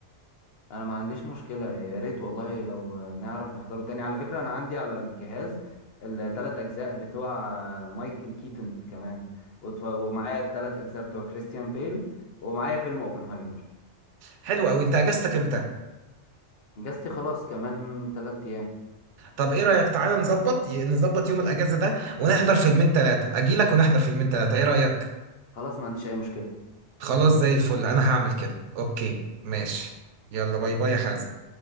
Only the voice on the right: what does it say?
حلو قوي انت اجازتك امتى
طب ايه رأيك تعالى نظبط نظبط يوم الاجازة ده ونحضر فيلمين ثلاثة اجيلك ونحضر فيلمين ثلاثة ايه رأيك
خلاص زي الفل انا هعمل كده اوكي ماشي يلا باي باي يا حازم